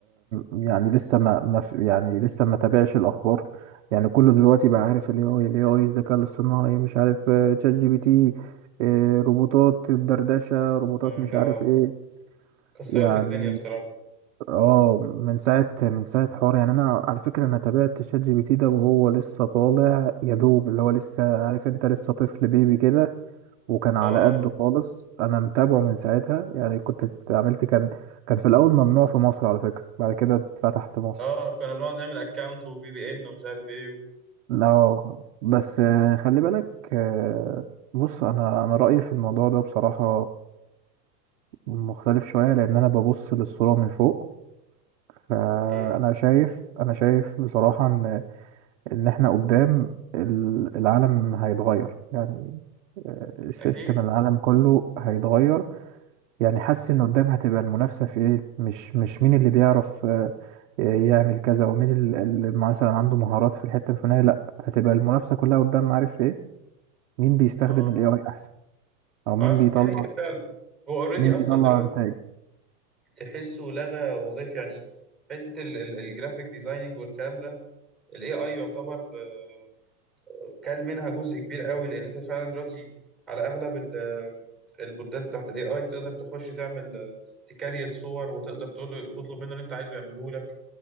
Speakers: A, on the right; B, in the centre.
A: يعني لسه ما ما في- يعني لسه ما تابعش الاخبار يعني كله دلوقتي بقى عارف ال AI ال AI الذكاء الاصطناعي مش عارف آه، تشات جي بي تي آه، روبوتات الدردشة روبوتات
B: امم
A: مش
B: اه
A: عارف ايه
B: كسرت
A: يعني
B: الدنيا بصراحة
A: اه من ساعة من ساعة حوار يعني انا على فكرة انا تابعت شات جي بي تي ده وهو لسه طالع يا دوب اللي هو لسه عارف انت لسه طفل بيبي كده وكان على
B: اه
A: قده خالص انا متابعه من ساعتها يعني كنت عملت كان كان في الاول ممنوع في مصر على فكرة بعد كده اتفتح في مصر
B: اه كنا بنقعد نعمل اكونت وفي بي ان ومش عارف ايه و...
A: لا بس آه، خلي بالك آه، بص انا انا رأيي في الموضوع ده بصراحة مختلف شوية لان انا ببص للصورة من فوق فانا
B: ايه
A: شايف انا شايف بصراحه ان ان احنا قدام ال- العالم هيتغير يعني آه، السيستم
B: اكيد
A: العالم كله هيتغير يعني حاسس ان قدام هتبقى المنافسه في ايه مش مش مين اللي بيعرف آه، يعمل كذا ومين ال- اللي مثلا عنده مهارات في الحته الفلانيه لا هتبقى المنافسه كلها قدام عارف في ايه مين بيستخدم
B: اه
A: الاي اي احسن او مين
B: اصل
A: بيطلع
B: دي حقيقة فعلا هو اوريدي
A: مين بيطلع
B: اصلا دلوقتي
A: انتاج
B: تحسه لغى وظائف يعني حتة ال- ال- الجرافيك ديزايننج والكلام ده الاي اي يعتبر آه، كل منها جزء كبير قوي لان انت فعلا دلوقتي على اغلب ال- البوتات بتاعت الاي اي تقدر تخش تعمل آه، تكريت صور وتقدر تقول له- تطلب منه اللي انت عايزه يعمله لك